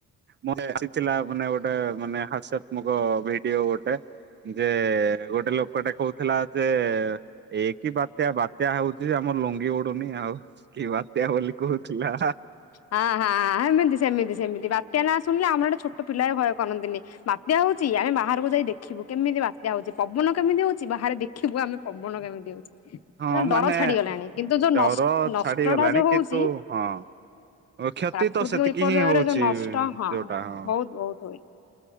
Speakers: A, on the right; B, on the left.
A: ମୁଁ ଆସିଥିଲା ମାନେ ଗୋଟେ ମାନେ ହାସ୍ୟାତ୍ମକ ଭିଡିଓ ଗୋଟେ। ଯେ ଗୋଟେ ଲୋକଟା କହୁଥିଲା ଯେ ଏଇ କିି ବାତ୍ୟା ବାତ୍ୟା ହଉଛି ଆମର ଲୁଙ୍ଗି ଉଡୁନି ଆଉ କି ବାତ୍ୟା ବୋଲି କହୁଥିଲା।
B: ହାଁ ହାଁ ହାଁ ହେମିତି ସେମିତି ସେମିତି ବାତ୍ୟା ନାଁ ଶୁଣିଲେ ଆମ ଆଡେ ପିଲା ଭୟ କରନ୍ତିନି ବାତ୍ୟା ହଉଛି ଆମେ ବାହାରକୁ ଯାଇ ଦେଖିବୁ କେମିତି ବାତ ଯାଉଛି ପବନ କେମିତି ହଉଛି ବାହାରେ ଦେଖିବୁ ଆମେ ପବନ କେମିତି ହଉଛି।
A: ହଁ ମାନେ
B: ଡର ଛାଡିଗଲାଣି କିନ୍ତୁ ଯୋଉ
A: ଡର
B: ନଷ୍ଟ
A: ଛାଡିଗଲାଣି
B: ଟା ଯୋଉ ହଉଛି
A: କିନ୍ତୁ ହଁ କ୍ଷତି
B: ପ୍ରାକୃତିକ
A: ତ ସେତିକି
B: ବିପର୍ଯ୍ୟୟରେ
A: ହିଁ ହଉଛି
B: ଯୋଉ ନଷ୍ଟ ହଁ
A: ଯୋଉଟା ହଁ।
B: ବହୁତ ବହୁତ ହୁଏ।